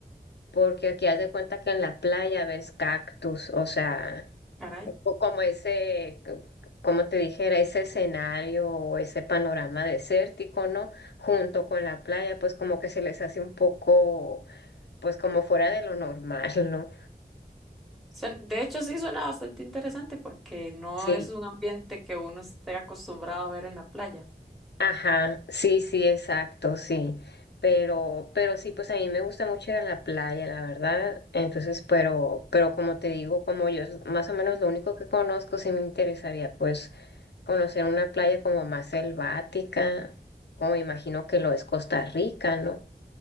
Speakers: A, on the left; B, in the centre.
A: porque aquí haz de cuenta que en la playa ves cactus, o sea,
B: Caray.
A: o como ese, como te dijera, ese escenario o ese panorama desértico, ¿no? Junto con la playa, pues como que se les hace un poco, pues como fuera de lo normal, ¿no?
B: Suen- De hecho, sí suena bastante interesante porque no
A: Sí.
B: es un ambiente que uno esté acostumbrado a ver en la playa.
A: Ajá, sí, sí, exacto, sí. Pero, pero sí, pues a mí me gusta mucho ir a la playa, la verdad. Entonces, pero, pero como te digo, como yo es más o menos lo único que conozco, sí me interesaría pues conocer una playa como más selvática, como me imagino que lo es Costa Rica, ¿no?